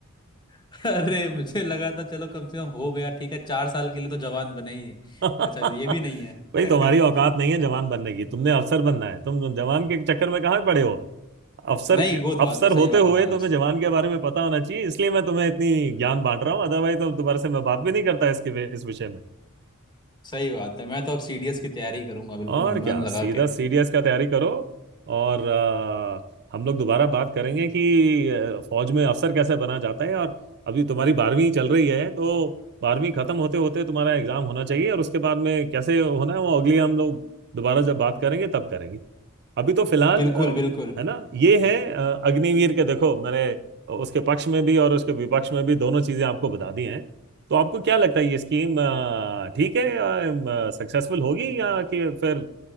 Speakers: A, on the left; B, on the right.
A: <laughs> अरे मुझे लगा था चलो कम से कम हो गया ठीक है चार साल के लिए तो जवान बने ही है
B: <laughs>
A: अच्छा ये भी नहीं है
B: भाई तुम्हारी औकात
A: <laughs>
B: नहीं है जवान बनने की तुमने अफसर बनना है तुम जवान के चक्कर में कहाँ पड़े हो अफसर
A: नहीं वो तो बात
B: अफसर
A: तो सही
B: होते
A: बात
B: हुए
A: है हाँ
B: तुम्हें
A: स-
B: जवान के बारे में पता होना चाहिए इसलिए मैं तुम्हें इतनी ज्ञान बांट रहा हूँ अदरवाइज तो दोबारा से मैं बात भी नहीं करता इसके इस विषय में
A: सही बात है मैं तो अब सीडीएस की तैयारी करूंगा बिल्कुल
B: और क्या
A: मन लगा
B: सीधा
A: के
B: सीडीएस का तैयारी करो और अ, हम लोग दोबारा बात करेंगे कि अ, फौज में अफसर कैसे बना जाता है और अभी तुम्हारी बारहवीं चल रही है तो बारहवीं खत्म होते होते तुम्हारा एग्जाम होना चाहिए और उसके बाद में कैसे होना है वो अगली हम लोग दोबारा जब बात करेंगे तब करेंगे अभी तो फिलहाल
A: बिल्कुल
B: अ,
A: बिल्कुल
B: है ना ये है अ, अग्निवीर के देखो मैंने उसके पक्ष में भी और उसके विपक्ष में भी दोनों चीजें आपको बता दी हैं तो आपको क्या लगता है ये स्कीम अ, ठीक है सक्सेसफुल होगी या कि फिर